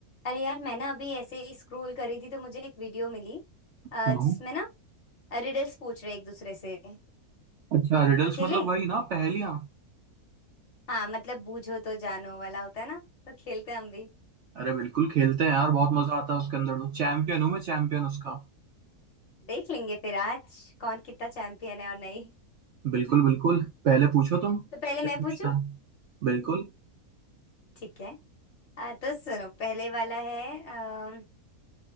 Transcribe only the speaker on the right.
हाँ
अच्छा रिडल्स
मतलब वही ना पहेलियाँ
अरे बिल्कुल खेलते हैं यार बहुत मजा आता है उसके अंदर तो चैंपियन हूँ मैं चैंपियन उसका
बिल्कुल बिल्कुल पहले पूछो तुम
क्या
पूछना
है बिल्कुल